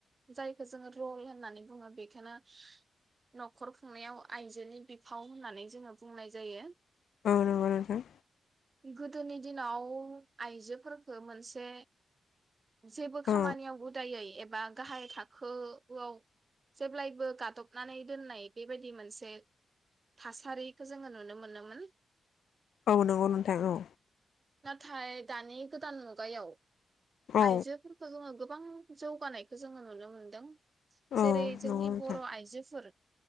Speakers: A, on the right (about 25°); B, on the left (about 65°).
A: जायखो जोङो रल होननानै बुङो बेखोनो न'खर खुंनायाव आइजोनि बिफाव होननानै जोङो बुंनाय जायो
B: अ नंग' नोंथां
A: गोदोनि दिनाव आइजोफोरखो मोनसे जेबो खामानियाव
B: औ
A: उदायै ए बा गाहाय थाखोआव जेब्लायबो गादबनानै दोननाय बेबायदि मोनसे थासारिखो जोङो नुनो मोनोमोन
B: औ नंगौ नोंथां औ
A: नाथाय दानि गोदान मुगायाव
B: औ
A: आइजोफोरखौ जोङो गोबां जौगानायखो जोङो नुनो मोनदों जेरै
B: औ
A: जोंनि
B: नंगौ नोंथां
A: बर' आइजोफोर